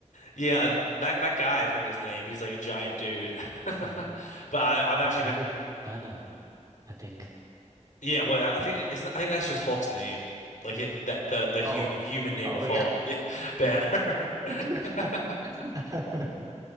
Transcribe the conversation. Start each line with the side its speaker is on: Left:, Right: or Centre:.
Left: Yeah,
Right: uh,
Left: th- that that guy, I forget his name. He's like a giant dude. <laughs>
Right: mm.
Left: But I, I've
Right: Oh,
Left: actually
Right: Eric
Left: ne
Right: Banner, I think.
Left: Yeah, well, I think isn't I think that's just Hulk's name, like
Right: Mm.
Left: it, that the the human
Right: Oh,
Left: human name
Right: oh
Left: of
Right: yeah.
Left: Hulk, yeah,
Right: <laughs>
Left: <laughs> Banner. <laughs>
Right: <laughs>